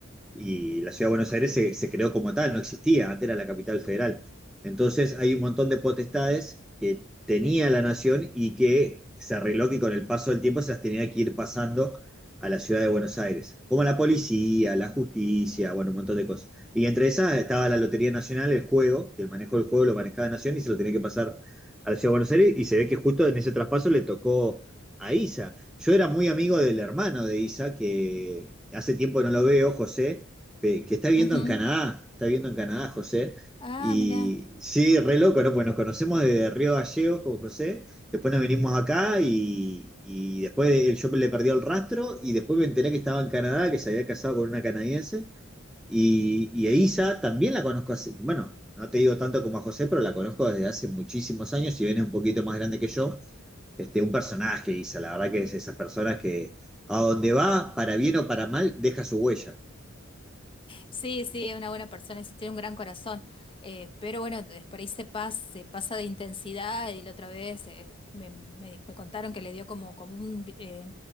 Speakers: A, in the centre; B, on the left.
A: y la ciudad de Buenos Aires se, se creó como tal, no existía, antes era la capital federal. Entonces hay un montón de potestades que tenía la nación y que se arregló que con el paso del tiempo se las tenía que ir pasando a la ciudad de Buenos Aires, como la policía, la justicia, bueno, un montón de cosas. Y entre esas estaba la Lotería Nacional, el juego, que el manejo del juego lo manejaba la nación y se lo tenía que pasar a la ciudad de Buenos Aires y se ve que justo en ese traspaso le tocó a ISA. Yo era muy amigo del hermano de Isa, que hace tiempo no lo veo, José, pe- que está viviendo
B: Ujú.
A: en Canadá, está viviendo en Canadá, José.
B: Ah,
A: Y
B: mira.
A: sí, re loco, ¿no? Pues nos conocemos desde Río Gallegos con José, después nos vinimos acá y, y después él- yo le perdí el rastro y después me enteré que estaba en Canadá, que se había casado con una canadiense. Y, y a Isa también la conozco hace, bueno, no te digo tanto como a José, pero la conozco desde hace muchísimos años, si bien es un poquito más grande que yo. Este, un personaje, Isa, la verdad que es esas personas que a donde va, para bien o para mal, deja su huella.
B: Sí, sí, es una buena persona, sí, tiene un gran corazón. Eh, pero bueno, de- por ahí se pasa, se pasa de intensidad y la otra vez eh, me, me- me contaron que le dio como, como un eh,